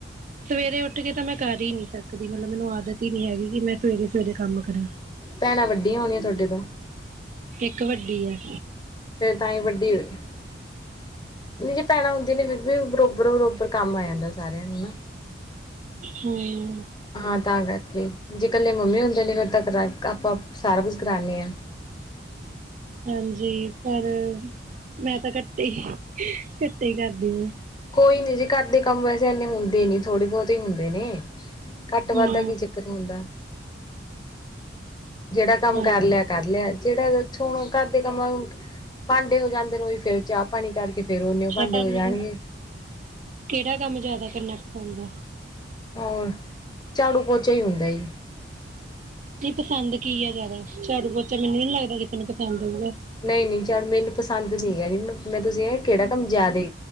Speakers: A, on the right (about 45°); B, on the left (about 25°).
A: ਸਵੇਰੇ ਉੱਠ ਕੇ ਤਾਂ ਮੈਂ ਕਰ ਹੀ ਨੀ ਸਕਦੀ ਮਤਲਬ ਮੈਨੂੰ ਆਦਤ ਹੀ ਨ ਨਹੀਂ ਹੈਗੀ ਕਿ ਮੈਂ ਸਵੇਰੇ ਸਵੇਰੇ ਕੰਮ ਕਰਾਂ
B: ਭੈਣਾਂ ਵੱਡੀਆਂ ਹੋਣੀਆਂ ਤੁਹਾਡੇ ਤੋਂ
A: ਇੱਕ ਵੱਡੀ ਹੈ।
B: ਫੇਰ ਤਾਂ ਹੀ ਵੱਡੀ ਹੋਈ ਜੀ ਭੈਣਾਂ ਹੁੰਦੀਆਂ ਨੇ ਫਿਰ ਵੀ ਬਰੋਬਰ ਬਰੋਬਰ ਕੰਮ ਆ ਜਾਂਦਾ ਸਾਰਿਆਂ ਨੂੰ ਨਾ
A: ਹੂੰ
B: ਹਾਂ ਤਾਂ ਕਰਕੇ ਜੇ ਇਕੱਲੇ ਮੰਮੀ ਹੁੰਦੇ ਨੇ ਫਿਰ ਆਪਾਂ ਸਾਰਾ ਕੁਛ ਕਰਾਉਦੇ ਆ
A: ਹਾਂਜੀ ਪਰ ਮੈਂ ਤਾਂ ਘੱਟ ਕਰ ਵੀ
B: ਕੋਈ ਨੀ ਜੀ ਘਰਦੇ ਕੰਮ ਵੈਸੇ ਇਨੇ ਹੁੰਦੇ ਨੀ ਥੋੜੇ ਬਹੁਤੇ ਹੁੰਦੇ ਨੇ ਘੱਟ ਵੱਧਦਾ
A: ਹੂੰ
B: ਕੀ ਚੱਕਰ ਹੁੰਦਾ, ਜਿਹੜਾ ਕੰਮ
A: ਹਾਂ
B: ਕਰ ਲਿਆ ਕਰ ਲਿਆ ਜਿਹੜਾ ਉਥ ਹੁਣ ਘਰ ਦੇ ਕੰਮਾਂ ਭਾਂਡੇ ਹੋ ਜਾਂਦੇ ਰੋ ਫੇਰ ਚਾਹ ਪਾਣੀ ਕਰਕੇ ਫ਼ੇਰ ਉਹਨੇ
A: ਅੱਛਾ
B: ਉਹ ਭਾਂਡੇ
A: ਤੁਹਾਨੂੰ
B: ਹੋ ਜਾਣਗੇ
A: ਕਿਹੜਾ ਕੰਮ ਜਿਆਦਾ ਕਰਨਾ ਪੈਂਦਾ।
B: ਹੋਰ ਝਾੜੂ ਪੋਚਾ ਹੀ ਹੁੰਦਾ ਜੀ।
A: ਨਹੀਂ ਪਸੰਦ ਕੀ ਆ ਜ਼ਿਆਦਾ ਝਾੜੂ ਪੋਚਾ ਮੈਨੂੰ ਨੀ ਲੱਗਦਾ ਕਿਸੇ ਨੂੰ ਪਸੰਦ ਹੋਊਗਾ।
B: ਨਹੀਂ ਨਹੀਂ ਝਾੜੂ ਮੈਨੂੰ ਪਸੰਦ ਨੀ ਹੈ ਮੈਂ ਤੁਸੀਂ ਕਿਹੜਾ ਕੰਮ ਜਿਆਦੇ